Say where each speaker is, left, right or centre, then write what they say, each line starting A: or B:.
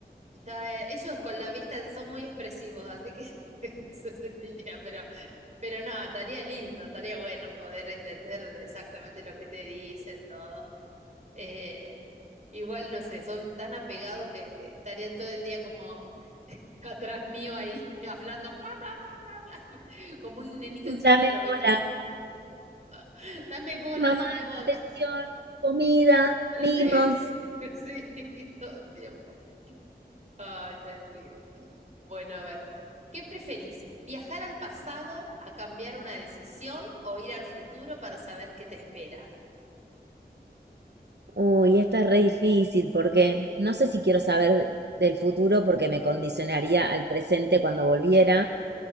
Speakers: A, on the right; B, on the right.
A: ya, eh, ellos con la vista son muy expresivos, así que <laughs> se sentiría, pero, pero no, estaría lindo, estaría bueno poder entender exactamente lo que te dicen, todo. Eh, igual, no sé, son tan apegados que estarían todo el día como <laughs> atrás mío ahí, <laughs> hablando, bla, bla, bla, bla, bla, <laughs> como un nenito chiquito,
B: Dame
A: ¿viste?
B: bola,
A: <laughs> Dame bola,
B: mamá,
A: dame bola.
B: atención, comida, mimos.
A: Sí, <laughs> sí, todo el tiempo. Ay, terrible. Bueno, a ver, ¿qué preferís? ¿Viajar al pasado a cambiar una decisión o ir al futuro para saber qué te espera?
B: Uy, esta es re difícil porque no sé si quiero saber del futuro porque me condicionaría al presente cuando volviera.